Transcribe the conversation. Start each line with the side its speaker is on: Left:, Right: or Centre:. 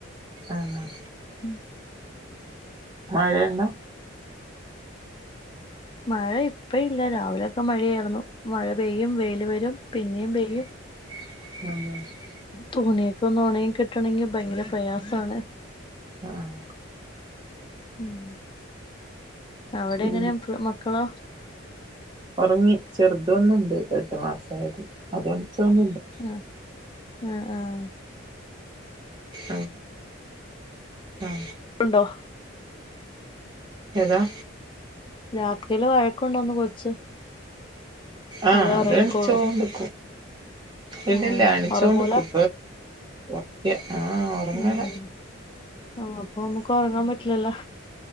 Right: ആഹ് ആഹ്
Left: ഉമ്
Right: മഴ ഇണ്ടോ
Left: മഴ ഇപ്പ ഇല്ല രാവിലെയൊക്കെ മഴയായിരുന്നു മഴ പെയ്യും വെയില് വരും പിന്നെയും പെയ്യും
Right: <unintelligible>
Left: തുണിയൊക്കെ ഒന്ന് ഉണങ്ങി കിട്ടണെങ്കിൽ ഭയങ്കര പ്രയാസമാണ്.
Right: ആഹ്
Left: ഉമ് അവിടെ
Right: ഈ
Left: എങ്ങനെയാ ഫുൾ മക്കളോ
Right: ഉറങ്ങി ചെറുത് ഒന്നുണ്ട് എട്ട് മാസയത് അത് <unintelligible>
Left: ആഹ് ആഹ്
Right: ഉമ് ഉമ്
Left: ഉണ്ടോ
Right: ഏതാ?
Left: രാത്രിയില് വഴക്കുണ്ടെന്ന് കൊച്ച്
Right: ആഹ്
Left: അല്ലേ
Right: അത്
Left: ഒറങ്ങിക്കോളൂ
Right: എണിച്ചോണ്ട്ക്കും ഇല്ലല്ല
Left: ആഹ്
Right: എണിച്ചോണ്ട്ക്കും
Left: ഒറങ്ങൂല
Right: <unintelligible> അ ആഹ് ഉറങ്ങല
Left: ഉം ആഹ് അപ്പൊമുക്ക് ഉറങ്ങാൻ പറ്റില്ലല്ലോ